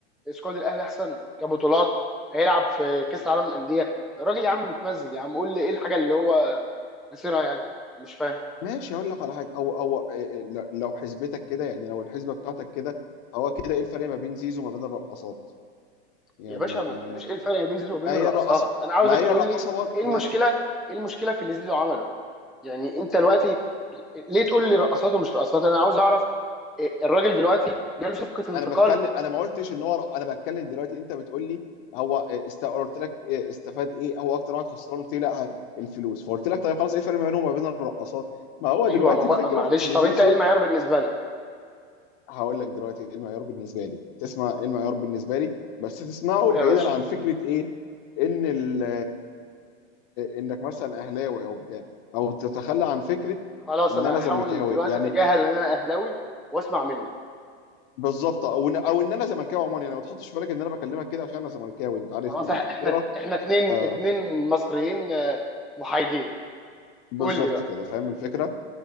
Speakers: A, in the centre; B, on the left.
A: سكواد الاهلي احسن كبطولات هيلعب في كاس العالم للانديه الراجل يا عم متمزج يا عم قول لي ايه الحاجه اللي هو خسرها يعني مش فاهم
B: ماشي اقول لك على حاجه او او آه، آه، لو حسبتك كده يعني لو الحسبه بتاعتك كده هو كده ايه الفرق ما بين زيزو وما بين الرقصات يعني
A: يا باشا ما تقوليش ايه الفرق بين زيزو
B: ما
A: وبين
B: هي
A: الرقصات
B: الرقاصه
A: انا عاوزك
B: ما هي
A: تقول
B: الرقاصه
A: لي
B: برضه
A: ايه المشكله
B: ما...
A: ايه المشكله في اللي زيزو عمله يعني انت دلوقتي
B: ما...
A: ليه تقول لي رقصات ومش رقصات انا عاوز اعرف إيه الراجل دلوقتي جاله صفقه انتقال
B: انا بتكلم انا ما قلتش ان هو رق- انا بتكلم دلوقتي انت بتقول لي هو است... قلت لك استفاد ايه هو اكتر واحد خسران قلت لي لا الفلوس فقلت لك طيب خلاص ايه الفرق ما بينهم وما بين الرقاصات ما هو دلوقتي
A: ايوه هو
B: الفكره
A: معلش
B: في ان
A: طب
B: زيزو
A: انت ايه المعيار بالنسبه لك
B: هقول لك دلوقتي ايه المعيار بالنسبه لي تسمع ايه المعيار بالنسبه لي بس تسمعه
A: قول
B: بعيدا
A: يا باشا
B: عن فكره ايه ان ال... انك مثلا اهلاوي او بتاع او تتخلى عن فكره
A: خلاص
B: ان
A: انا
B: انا
A: هحاول
B: زملكاوي
A: دلوقتي
B: يعني
A: اتجاهل ان انا اهلاوي واسمع منك
B: بالظبط او ان او ان انا زملكاوي عموما يعني ما تحطش في بالك ان انا بكلمك كده عشان انا زملكاوي انت عارفني
A: خلاص
B: يعني
A: إح-
B: في الكوره
A: احنا احنا اتنين
B: آه
A: اتنين مصريين آه، محايدين
B: بالظبط
A: قول لي بقى
B: كده فاهم الفكره